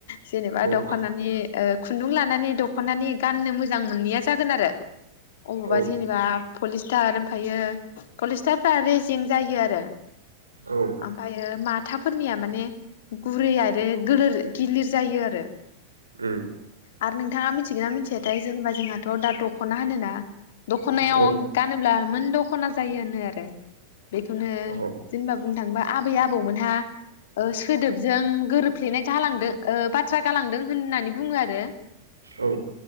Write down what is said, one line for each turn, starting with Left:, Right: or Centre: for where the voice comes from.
Left: जेनेबा
Right: औ
Left: दख'नानि ओ खुन्दुं लानानै दख'नानि गाननो मोजां मोनैया जागोन आरो। अबावबा
Right: औ
Left: जेनेबा पलिस्टार ओमफ्रायो पलिस्टारफ्रा रेजें जायो आरो।
Right: औ।
Left: ओमफायो माथाफोरनिया माने गुरै आरो गोलोर गिलिर जायो आरो।
Right: ओम।
Left: आरो नोंथाङा मिथिगोन ना मिथियाथाय जेनेबा जोंहाथ' दा दख'ना होनोना दख'नायाव
Right: औ
Left: गानोब्ला मोन दख'ना जायो होनो आरो। बेखौनो
Right: औ
Left: जेनबा बुं थांबा आबै आबौमोनहा ओ सोदोबजों गोरोबफ्लेनाय गालांदों ओ बाथ्रा गालांदों होननानै बुङो आरो।
Right: औ।